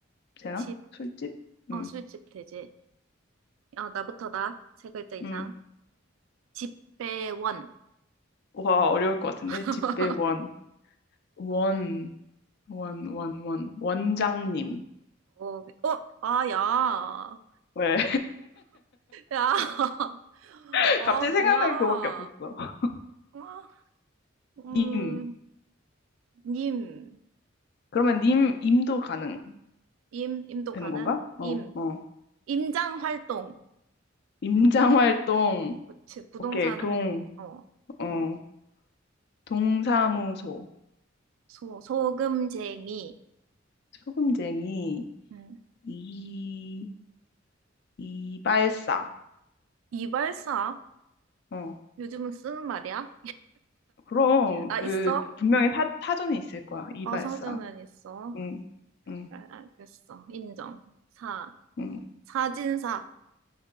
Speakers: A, on the left; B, on the right.
A: 되나?
B: 집,
A: 술집?
B: 어,
A: 음.
B: 술집 되지. 어, 나부터 나. 세 글자 이상.
A: 음.
B: 집배원.
A: 와, 어려울 것 같은데.
B: <laughs>
A: 집배 원. 원. 원, 원, 원. 원장님.
B: 어, 네. 어, 아, 야.
A: 왜?
B: 야. <laughs>
A: <laughs>
B: 아,
A: 갑자기
B: 뭐야.
A: 생각나는 그거밖에 없었어.
B: 아, 음,
A: 님.
B: 님.
A: 그러면 님 임도 가능
B: 임, 임도
A: 되는
B: 가능?
A: 건가? 어,
B: 임.
A: 어.
B: 임장 활동.
A: 임장 활동.
B: 그치, 부동산
A: 오케이. 동
B: 하려면, 어,
A: 어.
B: 동.
A: 동사무소.
B: 소, 소금쟁이.
A: 소금쟁이.
B: 음.
A: 이 이발사.
B: 이발사?
A: 어.
B: 요즘은 쓰는 말이야?
A: 그럼
B: 아,
A: 그
B: 있어?
A: 분명히 사, 사전에 있을 거야. 이발사.
B: 어, 사전은 있어.
A: 응, 응,
B: 그래, 알겠어. 인정. 사.
A: 응.
B: 사진사.